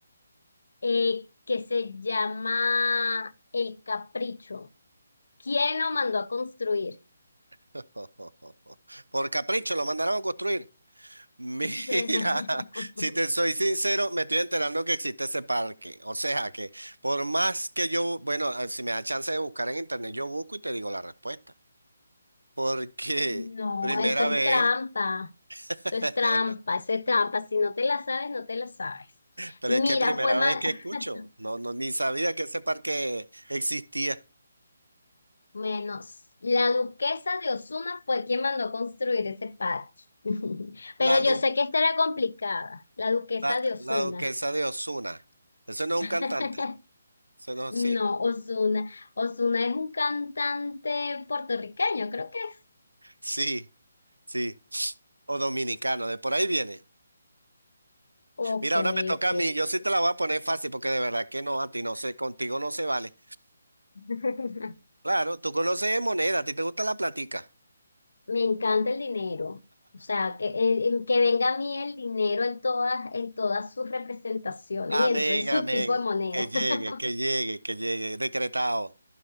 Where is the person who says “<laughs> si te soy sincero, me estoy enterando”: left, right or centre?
Right